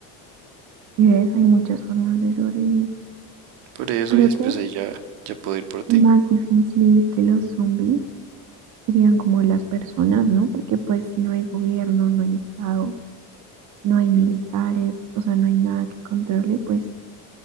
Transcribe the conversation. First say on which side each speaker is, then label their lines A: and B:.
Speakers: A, on the right (about 50°); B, on the right (about 85°).
A: Y ves, hay muchas formas de sobrevivir.
B: Por eso
A: Creo
B: y después
A: que
B: ahí ya, ya puedo ir por ti.
A: más difícil que los zombies serían como las personas, ¿no? Porque pues si no hay gobierno, no hay estado. no hay militares, o sea, no hay nada que controle, pues